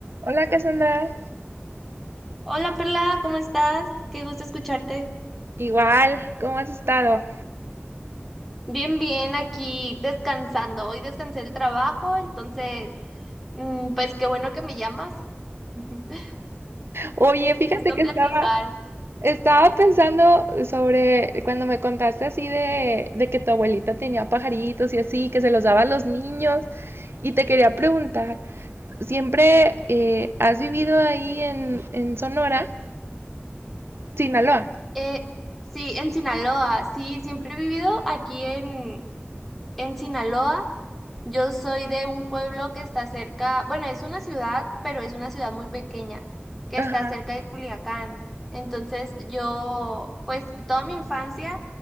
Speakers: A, on the right; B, in the centre.
A: Hola Cassandra,
B: Hola Perla, ¿cómo estás? Qué gusto escucharte.
A: igual, ¿cómo has estado?
B: Bien, bien, aquí descansando. Hoy descansé del trabajo, entonces, mm, pues qué bueno que me llamas. <laughs>
A: Oye,
B: Qué
A: fíjate
B: gusto
A: que
B: platicar.
A: estaba, estaba pensando sobre cuando me contaste así de, de que tu abuelita tenía pajaritos y así, que se los daba a los niños, y te quería preguntar, ¿siempre eh, has vivido ahí en, en Sonora, Sinaloa?
B: Eh, sí, en Sinaloa. Sí, siempre he vivido aquí en, en Sinaloa Yo soy de un pueblo que está cerca, bueno, es una ciudad, pero es una ciudad muy pequeña, que
A: Ajá.
B: está cerca de Culiacán. Entonces yo, pues toda mi infancia